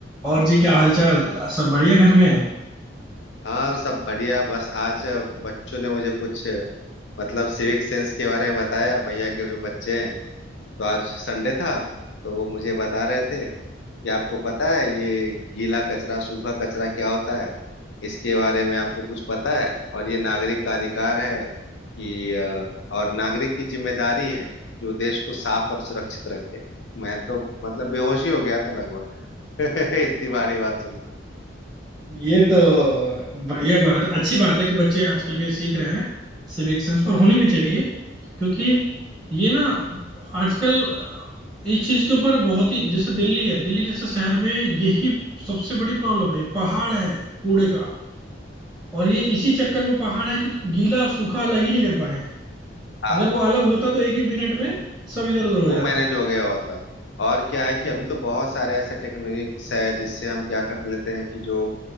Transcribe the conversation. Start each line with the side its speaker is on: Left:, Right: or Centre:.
Centre: और जी क्या हालचाल सब बढ़िया घर में <laughs>
Left: हाँ सब बढ़िया बस आज बच्चों ने मुझे कुछ मतलब सिविक सेंस के बारे में बताया भैया के जो बच्चे हैं तो आज संडे था तो वो मुझे बता रहे थे कि आपको पता है ये गीला कचरा सूखा कचरा क्या होता है इसके बारे में आपको कुछ पता है और ये नागरिक का अधिकार है कि अ, और नागरिक की जिम्मेदारी है कि वो देश को साफ और सुरक्षित रखे मैं तो मतलब बेहोश ही हो गया था लगभग <laughs> इतनी भारी बात सुन के
Centre: ये तो
Left: आपको
Centre: बढ़िया बात है अच्छी बात है कि बच्चे आजकल के सीख रहे हैं सिविक सेंस और होनी भी चाहिए क्योंकि ये ना आजकल इस चीज के ऊपर बहुत ही जैसे दिल्ली है दिल्ली जैसे शहर में यही सबसे बड़ी प्रॉब्लम है पहाड़ है कूड़े का और ये इसी चक्कर में पहाड़ है क्योंकि गीला और सूखा अलग ही नहीं कर पाए हैं
Left: हाँ
Centre: अगर वो अलग होता तो एक ही मिनट में सब इधर उधर हो
Left: वो
Centre: जाता
Left: मैनेज हो गया होता और क्या है कि
Centre: हम्म
Left: अभी तो बहुत सारे ऐसे टेक्निक्स है जिससे हम क्या कर लेते हैं कि जो